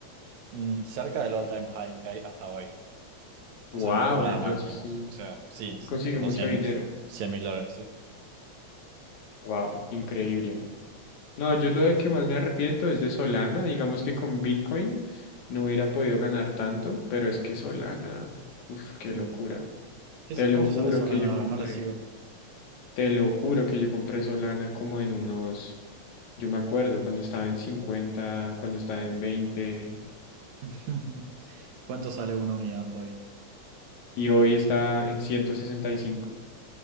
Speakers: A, on the right (about 75°); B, on the left (about 80°).
A: mm, cerca del all-time high que hay hasta hoy. O
B: wow,
A: sea, no estuvo nada
B: entonces
A: mal, digamos.
B: sí,
A: O sea, sí, es
B: consiguió
A: tipo
B: mucho
A: cien
B: dinero.
A: mil dólares, sí.
B: Wow, increíble. No, yo lo
A: Sí,
B: de
A: sí.
B: que más me arrepiento es de Solana, digamos que con Bitcoin no hubiera podido ganar tanto, pero es que Solana, uff, qué
A: Mm.
B: locura.
A: ¿Qué
B: Te
A: sé-
B: lo
A: ¿Cuánto
B: juro
A: sale Solana
B: que yo
A: ahora?
B: compré,
A: No la sigo.
B: te lo juro que yo compré Solana como en unos, yo me acuerdo cuando estaba en 50, cuando estaba en veinte
A: <laughs> ¿Cuánto sale una unidad hoy?
B: y hoy está en 165.